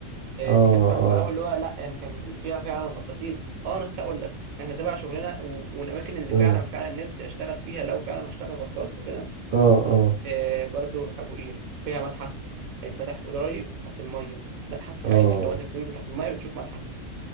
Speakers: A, on the right; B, on the right.
A: آه،
B: اه
A: دي كانت تحفة
B: اه
A: أوي اللي هو لأ يعني كان فيها فعلا غطاسين اه أنا أستحق أقول لك احنا تبع شغلنا و- والأماكن اللي
B: اه
A: فعلا فعلا نفسي أشتغل فيها لو فعلا هشتغل غطاس وكده
B: اه اه
A: آه، برضو أبو قير فيها متحف هيتفتح قريب تحت المية متحف
B: اه
A: حاجي اللي هو أنت بتنزل تحت المية بتشوف متحف